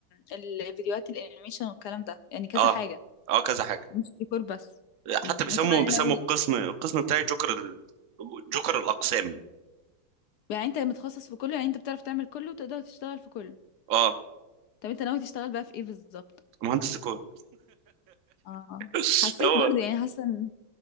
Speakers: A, on the left; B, on the right.
A: الفيديوهات الانيميشن والكلام ده يعني كذا
B: اه
A: حاجة
B: اه كذا حاجه
A: مش ديكور بس
B: حتى
A: امم
B: بيسموا
A: وانت بقى
B: بيسموا
A: ناوي
B: القسم القسم بتاعي جوكر ال... جوكر الاقسام
A: يعني انت متخصص في كله يعني انت بتعرف تعمل كله وتقدر تشتغل في كله
B: اه
A: طب انت ناوي تشتغل بقى في ايه بالظبط
B: مهندس ديكور
A: اه
B: <laughs>
A: حسيت
B: هو
A: برضه يعني حاسة ان-